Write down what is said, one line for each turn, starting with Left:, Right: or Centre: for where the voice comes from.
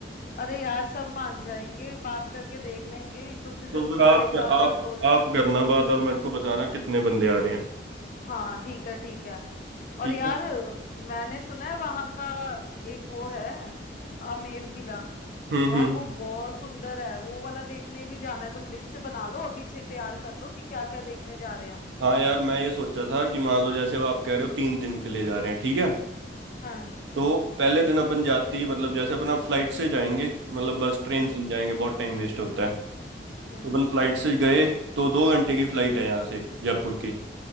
Left: अरे यार सब मान जाएंगे बात करके देख लेंगे कुछ
Right: तो
Left: जो
Right: फिर
Left: तुम्हारे
Right: आप
Left: ज्यादा
Right: आप
Left: क्लोज है
Right: आप
Left: तुम
Right: करना बात और मेरे को बताना कितने बंदे आ रहे हैं
Left: हाँ ठीक है ठीक है
Right: ठीक
Left: और यार
Right: है
Left: मैंने सुना है वहां का एक वो है आमेर किला
Right: हम्म
Left: यार
Right: हम्म
Left: वो बहुत सुंदर है वो वाला देखने भी जाना है तुम लिस्ट बना लो अभी से तैयार कर लो कि क्या क्या देखने जा रहे हैं हम
Right: हाँ यार मैं ये सोचा था कि मान लो जैसे अब आप कह रहे हो तीन दिन के लिए जा रहे हैं ठीक है
Left: हाँ
Right: तो पहले दिन अपन जाते ही मतलब जैसे अपना फ्लाइट से जाएंगे मतलब बस ट्रेन
Left: हाँ
Right: से नहीं जाएंगे बहुत टाइम वेस्ट होता है तो
Left: हम्म
Right: अपन फ्लाइट से गए तो दो घंटे की फ्लाइट है यहाँ से जयपुर की